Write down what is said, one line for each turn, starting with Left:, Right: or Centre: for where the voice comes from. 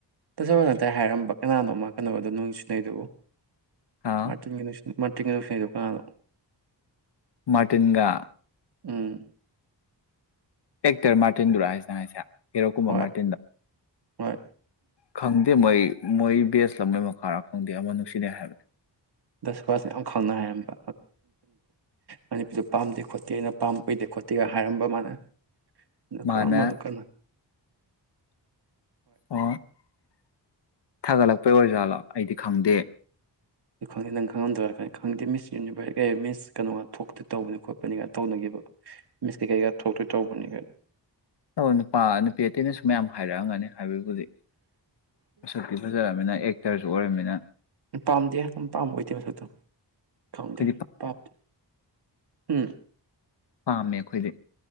Right: ꯀꯣꯅꯅꯥꯥꯏ ꯍꯥꯏꯔꯝꯕ ꯀꯅꯥꯅꯣꯃ ꯀꯩꯅꯣꯗꯣ ꯅꯨꯡꯁꯤ ꯅꯩꯗꯨꯕꯨ
Left: ꯍꯥꯎ
Right: ꯃꯥꯔꯇꯤꯟꯒ ꯃꯥꯔꯇꯤꯟꯒ ꯅꯨꯡꯁꯤꯅꯩꯗꯣ ꯀꯅꯥꯅꯣ
Left: ꯃꯥꯔꯇꯤꯟꯒ
Right: ꯎꯝ
Left: ꯑꯦꯛꯇꯔ ꯃꯥꯔꯇꯤꯟꯗꯨꯔꯥ ꯍꯥꯏꯁꯦ ꯍꯥꯏꯁꯦ ꯍꯤꯔꯣ ꯀꯨꯝꯕ
Right: ꯍꯣꯏ
Left: ꯃꯥꯔꯇꯤꯟꯗꯣ
Right: ꯍꯣꯏ
Left: ꯈꯪꯗꯦ ꯃꯣꯏ ꯃꯣꯏ ꯕꯦꯁꯂ ꯃꯣꯏ ꯃꯈꯥꯔꯥ ꯈꯪꯗꯦ ꯑꯃ ꯅꯨꯡꯁꯤꯅꯩ ꯍꯥꯏꯕꯅꯦ
Right: ꯗꯥ ꯁꯨꯕꯥꯁꯅ ꯌꯥꯝ ꯈꯪꯅ ꯍꯥꯏꯔꯝꯕ ꯃꯅꯤꯄꯤꯗꯨ ꯄꯥꯝꯗꯦ ꯈꯣꯠꯇꯦ ꯑꯩꯅ ꯄꯥꯝꯏꯗꯦ ꯈꯣꯠꯇꯦꯒ ꯍꯥꯏꯔꯝꯕ ꯃꯥꯅ
Left: ꯃꯥꯅ
Right: ꯀꯔꯝꯕꯅ ꯀꯅꯥꯅꯣ
Left: ꯑꯣ ꯊꯥꯒꯠꯂꯛꯄꯩ ꯑꯣꯏꯖꯥꯠꯂꯣ ꯑꯩꯗꯤ ꯈꯪꯗꯦ
Right: ꯑꯗꯨ ꯈꯪꯗꯦ ꯅꯪ ꯈꯪꯉꯝꯗꯣꯏꯔꯥ ꯈ ꯈꯪꯗꯦ ꯃꯤꯁꯅꯤꯔ ꯃꯤꯁ ꯀꯩꯅꯣꯒ ꯊꯣꯛꯇꯣꯏ ꯇꯧꯕꯅꯤ ꯈꯣꯠꯄꯅꯤꯒ ꯇꯧꯅꯈꯤꯕ ꯃꯤꯁ ꯀꯩꯀꯩꯀꯥ ꯊꯣꯛꯇꯣꯏ ꯇꯧꯕꯅꯤꯒꯥꯏꯅ
Left: ꯅꯨꯄꯥ ꯅꯨꯄꯤ ꯑꯇꯩꯅꯁꯨ ꯃꯌꯥꯝ ꯍꯥꯏꯔꯛꯑꯝ ꯒꯅꯤ ꯍꯥꯏꯕꯩꯕꯨꯗꯤ ꯃꯁꯛꯇꯤ ꯐꯖꯔꯝꯅꯤꯅ ꯑꯦꯛ ꯑꯦꯛꯇꯔꯁꯨ ꯑꯣꯏꯔꯝꯃꯤꯅ
Right: ꯄꯥꯝꯗꯦ ꯌꯥꯝ ꯄꯥꯝꯕ ꯑꯣꯏꯗꯦ ꯃꯁꯛꯇꯣ ꯈꯪꯗꯦ
Left: ꯑꯩꯈꯣꯏꯗꯤ ꯄꯥꯝ-
Right: ꯄꯝꯗꯦ ꯎꯝ
Left: ꯄꯥꯝꯃꯦ ꯑꯩꯈꯣꯏꯗꯤ